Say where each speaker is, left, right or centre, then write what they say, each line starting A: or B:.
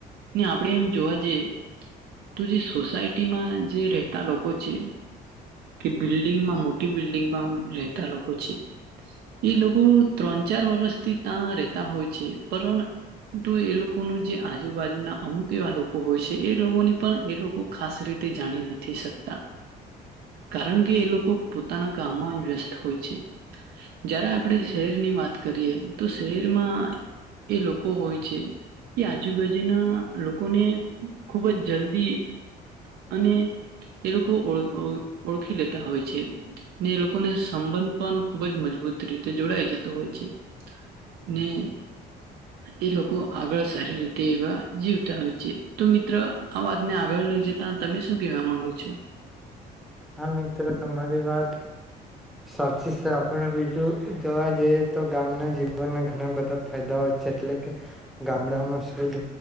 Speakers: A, on the right (about 70°); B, in the centre.
A: ને આપણે એમ જોવા જઈએ, તો જે સોસાયટીમાં જે રહેતા લોકો છે, કે બિલ્ડિંગમાં મોટી બિલ્ડિંગમાં રહેતા લોકો છે, એ લોકો ત્રણ ચાર વર્ષથી ત્યાં રહેતા હોય છે, પર તો એ લોકોનું જે આજુબાજુના અમુક એવા લોકો હોય છે એ લોકોને પણ એ લોકો ખાસ રીતે જાણી નથી શકતા, કારણ કે એ લોકો પોતાના કામમાં વ્યસ્ત હોય છે, જ્યારે આપણે શહેરની વાત કરીએ તો શહેરમાં એ લોકો હોય છે, એ આજુબાજુના લોકોને ખૂબ જ જલ્દી અને એ લોકો ઓ ઓ ઓળખી લેતા હોય છે. ને એ લોકોને સંબંધ પણ ખૂબ જ મજબૂત રીતે જોડાાય જતો હોય છે ને એ લોકો આગળ સારી રીતે એવા જીવતા હોય છે તો મિત્ર આ વાતને આગળ લઈ જતા તમે શું કેવા માંગુ છો
B: હા મિત્ર તમારી વાત સાચી છે આપણે બીજું જોવા જઈએ તો ગામના જીવનના ઘણા બધા ફાયદાઓ છે એટલે કે ગામડામાં શુદ